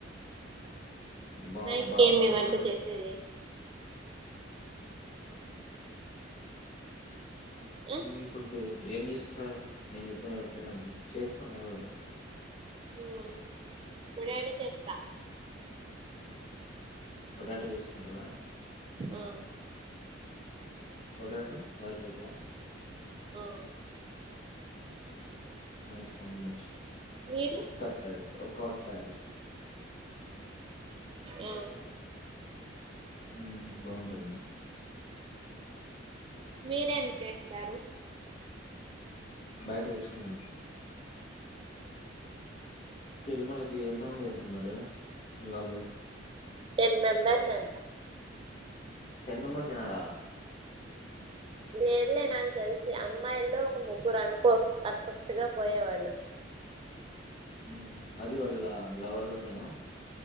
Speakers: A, on the left (about 35°); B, on the right (about 30°).
A: బా
B: నైట్కి
A: బా
B: ఏమి
A: పడుకున్నా.
B: వంట చేసేది ఆ
A: మీ ఫుడ్డు ఏం చేసుకుంటారు నేను చెప్తున్నా సరే అండి చేసుకోండి ఏదో ఒకటి
B: హ్మ్ పొటాటో చేస్తా
A: పొటాటో చేసుకుంటారా
B: ఆ
A: పొటాటో వైట్ రైస్ ఆ
B: ఆ
A: నైస్ కాంబినేషన్
B: మీరు
A: ఒ కర్డ్ ప్యాకెట్ ఒ కర్డ్ ప్యాకెట్
B: ఉ
A: ఉ బాగుంటది
B: మీరేం చేస్తారు
A: బయట తెచ్చుకొని తింటాం తిరుమల గీ ఎంత మంది వెళ్తున్నారు మీవాళ్ళు
B: టెన్ మెంబర్స్ అంట
A: టెన్ మెంబర్స్ ఎనార
B: విళ్లేే నాకు తెలిసి అమ్మాయిల్లో ఒక ముగ్గురు అనుకో పర్ఫెక్ట్ గా పోయేవాళ్ళు
A: హ్మ్ అది వాళ్ళ లవర్లతోన